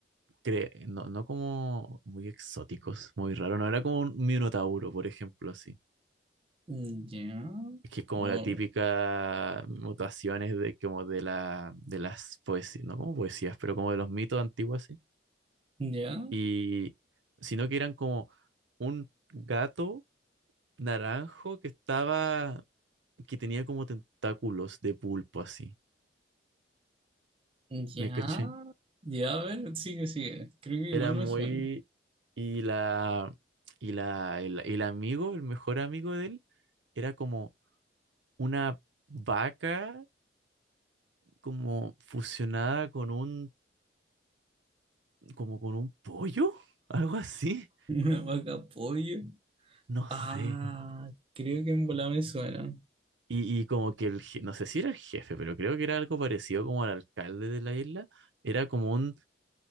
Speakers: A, on the right; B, on the right.
A: cre- no, no como muy exóticos, muy raros, no era como un minotauro, por ejemplo, así.
B: Mm, Ya,
A: Es que es como
B: Oh,
A: la típica mutaciones de como de la de las poesías, no como poesías, pero como de los mitos antiguos
B: ya,
A: Y sino que eran como un gato naranjo que estaba, que tenía como tentáculos de pulpo así.
B: ya,
A: ¿Me caché?
B: ya, a ver, sigue, sigue, creo que igual
A: Era muy...
B: me suena.
A: Y la... Y la... El, el amigo, el mejor amigo de él, era como una vaca como fusionada con un... como con un pollo, algo así.
B: <laughs> Una vaca pollo.
A: No
B: Ah,
A: sé.
B: creo que en bola me suena.
A: Y, y como que el, je- no sé si era el jefe, pero creo que era algo parecido como al alcalde de la isla. Era como un